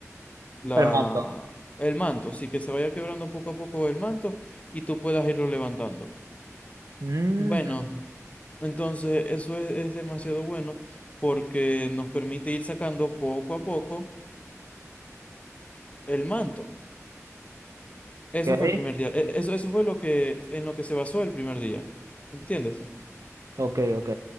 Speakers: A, on the left; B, on the right.
A: la,
B: El manto.
A: el manto. Así que se vaya quebrando poco a poco el manto y tú puedas irlo levantando.
B: Ujú.
A: Bueno, Entonces, eso es, es demasiado bueno porque nos permite ir sacando poco a poco el manto. Eso
B: Ok,
A: fue el primer día. e- Eso, eso fue lo que, en lo que se basó el primer día. ¿Entiendes?
B: ok, ok.